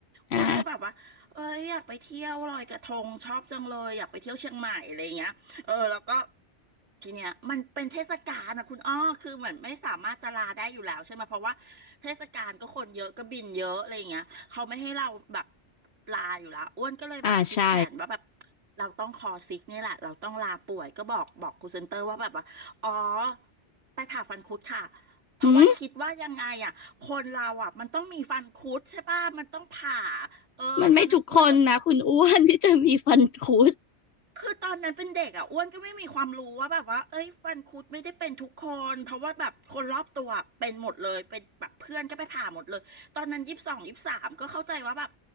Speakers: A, on the left (about 65°); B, on the right (about 85°).
A: อ่า
B: อ้วนก็แบบว่าเอ้ยอยากไปเที่ยวลอยกระทงชอบจังเลยอยากไปเที่ยวเชียงใหม่อะไรเงี้ย เออแล้วก็ทีเนี้ยมันเป็นเทศกาลนะคุณอ้อคือเหมือนไม่สามารถจะลาได้อยู่แล้วใช่ไหมเพราะว่าเทศกาลก็คนเยอะก็บินเยอะอะไรอย่างเงี้ยเขาไม่ให้เราแบบลาอยู่แล้วอ้วนก็เลยแบบคิดแผนว่าแบบ
A: อ่าใช่
B: เราต้องคอซิกเนี่ยแหละเราต้องลาป่วยก็บอกบอกครูเซนเตอร์ว่าแบบว่าอ๋อไปผ่าฟันคุดค่ะเพราะว่าคิดว่ายังไงอ่ะคนเราอ่ะมันต้องมีฟันคุดใช่ป่ะมันต้องผ่า
A: อืม
B: เออตอนนั้นอ้วนก็
A: มันไม่ทุกคนนะคุณอ้วนที่จะมีฟันคุด
B: คือตอนนั้นเป็นเด็กอ่ะอ้วนก็ไม่มีความรู้ว่าแบบว่าเอ้ยฟันคุดไม่ได้เป็นทุกคนเพราะว่าแบบคนรอบตัวเป็นหมดเลยเป็นแบบเพื่อนก็ไปผ่าหมดเลยตอนนั้นยี่สิบสองยี่สิบสามก็เข้าใจว่าแบบ